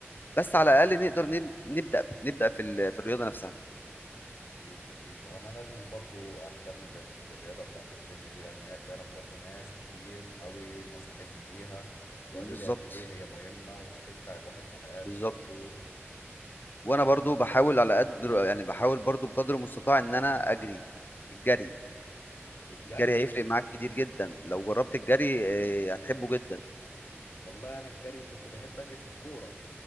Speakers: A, on the left (about 45°); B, on the left (about 70°).
A: بس على الاقل نقدر نب- نبدا نبدا في ال- في الرياضه نفسها
B: اكيد اكيد وانا لازم برضو اهتم بال- بالرياضه بتاعت الجيم دي لان هي فعلا برضو ناس كتير قوي نصحتني بيها وقالوا
A: بالظبط
B: لي قد ايه هي مهمه وهتنفع الواحد في حياته
A: بالظبط
B: برضو
A: وانا
B: فالواحد
A: برضو بحاول
B: برضو لازم
A: على قدر
B: يهتم بيها
A: يعني بحاول برضو بقدر المستطاع ان انا اجري الجري
B: الجري
A: الجري هيفرق معاك كتير جدا لو جربت الجري آه، هتحبه جدا
B: والله انا الجري كنت بحب اجري في الكوره